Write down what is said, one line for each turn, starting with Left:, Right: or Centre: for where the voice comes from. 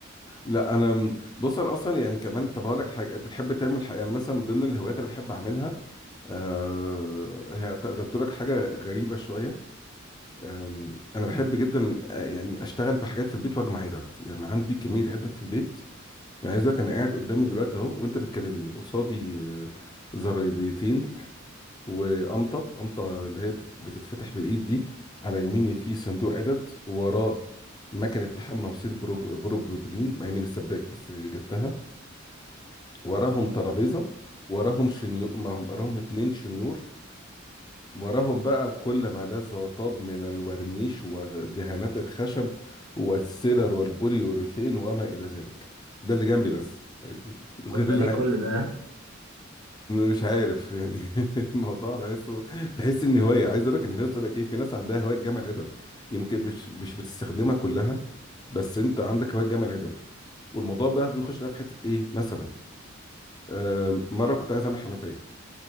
Left: لا انا م- بص انا اصلا يعني كمان طب هقول لك حاجه بتحب تعمل حاجه يعني مثلا من ضمن الهوايات اللي بحب اعملها آه، هي ت- ده بتقول لك حاجة غريبة شوية آم، أنا بحب جدا آه، يعني أشتغل بحاجات في البيت وأجمع عدد يعني عندي كمية عدد في البيت يعني عايز أقولك أنا قاعد قدامي دلوقتي أهو وأنت بتكلمني قصادي آه، زرايديتين وقمطة قمطة اللي هي بتت- بتتفتح بالإيد دي على يميني في صندوق عدد وراه مكنة لحام مواسير برو برو بروبلين مع إني مش سباك بس جبتها وراهم ترابيزة وراهم شنيور وراهم اتنين شنيور وراهم بقى كل ما لذ وطاب من الورنيش ودهانات الخشب والسيلر والبوليوريثين وما إلى ذلك ده اللي جنبي بس <laughs> يعني غير
Right: طب ده
Left: الع...
Right: ليه كل ده
Left: مش عارف يعني <laughs> الموضوع بحسه تحس ان هوايه عايز اقول لك ان في ناس تقول لك ايه في ناس عندها هوايه جمع العدد يمكن مش مش بتستخدمها كلها بس انت عندك هوايه جمع العدد والموضوع بقى بيخش بقى في حته ايه مثلا آه، مره كنت عايز اعمل حنفيه